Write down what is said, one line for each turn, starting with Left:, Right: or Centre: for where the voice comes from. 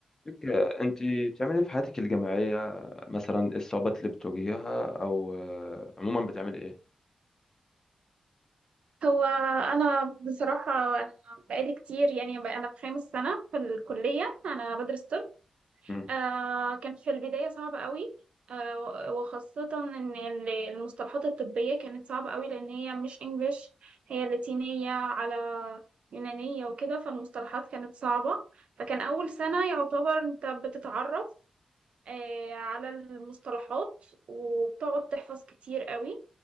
Left: لك انت بتعملي إيه في حياتك الجامعيه مثلا ايه الصعوبات اللي بتواجهيها او آه، عموما بتعملي ايه
Right: هو أنا بصراحة أنا بقالي كتير يعني بقى أنا في خامس سنة في الكلية أنا بدرس طب
Left: مم،
Right: آه كان في البداية صعب قوي آه وخاصة إن ال- المصطلحات الطبية كانت صعبة قوي لأن هي مش إنجليش هي لاتينية على يونانية وكده فالمصطلحات كانت صعبة فكان أول سنة يعتبر أنت بتتعرف آه على المصطلحات وبتقعد تحفظ كتير قوي